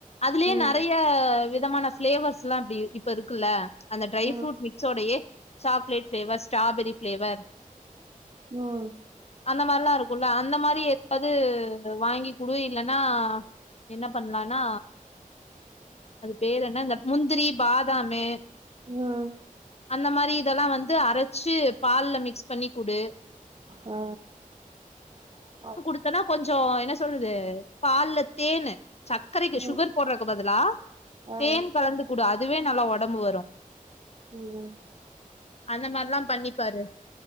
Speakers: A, on the left; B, on the right.
A: அதுலயே
B: ம்
A: நெறைய விதமான பிளேவர்ஸ்லா இப்டி இப்ப இருக்குல்ல அந்த ட்ரை
B: ம்
A: ஃப்ரூட் மிக்ஸோடையே சாக்லேட் ஃப்ளேவர் ஸ்ட்ராபெரி ஃப்ளேவர்
B: ம்
A: அந்த மாரிலா இருக்குல்ல அந்த மாரி அது வாங்கி குடு இல்லனா என்ன பண்லான்னா அது பேரு என்ன இந்த முந்திரி பாதாமு
B: ம்
A: அந்த மாரி இதெல்லா வந்து அரச்சு பால்ல மிக்ஸ் பண்ணிக்குடு
B: ஆ அ
A: அப்பனா கொஞ்சோ என்ன சொல்லுது பால்ல தேனு சக்கரைக்கு
B: ம்
A: சுகர் போடுறக்கு பதிலா
B: ஆ
A: தேன் கலந்து குடு அதுவே நல்லா ஒடம்பு வரு
B: ஓம்
A: அந்த மாரிலா பண்ணிப்பாரு